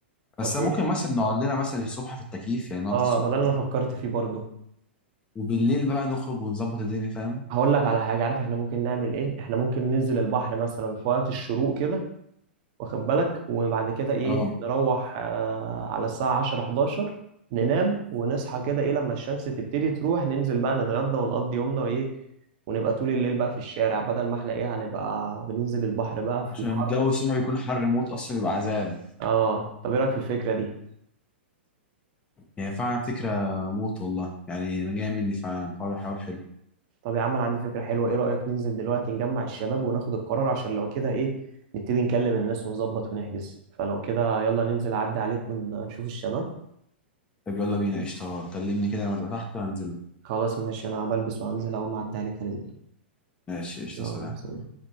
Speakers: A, on the left (about 15°); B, on the right (about 40°).
A: بس
B: طب
A: ممكن
B: إيه
A: مثلا نقعد لنا مثلا الصبح في التكييف يعني نقعد
B: آه
A: في الصبح
B: ما
A: في
B: ده
A: التكييف
B: اللي أنا فكرت فيه برضه
A: وبالليل بقى نخرج ونظبط الدنيا فاهم
B: هقول لك على حاجة عارف إحنا ممكن نعمل إيه إحنا ممكن ننزل البحر مثلا في وقت الشروق كده واخد بالك وبعد كده ايه
A: اه
B: نروح آه على الساعة 10 11 ننام ونصحى كده ايه لما الشمس تبتدي تروح ننزل بقى نتغدى ونقضي يومنا وايه ونبقى طول الليل بقى في الشارع بدل ما احنا ايه هنبقى بننزل البحر بقى في
A: عشان
B: الحر
A: الجو الصبح بيكون حر موت اصلا بيبقى عذاب
B: اه طب ايه رأيك في الفكرة دي
A: يعني فعلا فكره موت والله يعني انا جاي مني فعلا حوار حوار حلو
B: طب يا عم انا عندي فكرة حلوة ايه رأيك ننزل دلوقتي نجمع الشباب وناخد القرار عشان لو كده ايه نبتدي نكلم الناس ونظبط ونحجز فلو كده يلا ننزل اعدي عليك ونشوف الشباب
A: طب يلا بينا قشطه كلمني كده لما تبقى تحت وهنزل لك
B: خلاص ماشي انا بلبس وهنزل اول ما اعدي عليك هرن
A: ماشي قشطه
B: يلا
A: سلام
B: سلام.